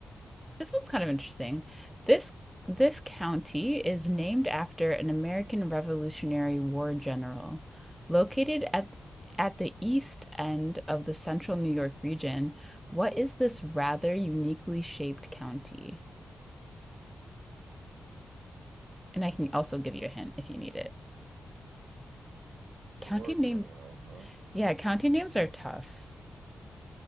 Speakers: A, in the centre; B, on the right.
A: this one's kind of interesting. This this county is named after an American Revolutionary War general. Located at at the east end of the central New York region, what is this rather uniquely shaped county? And I can also give you a hint if you need it.
B: War
A: County name,
B: general, huh?
A: yeah, county names are tough.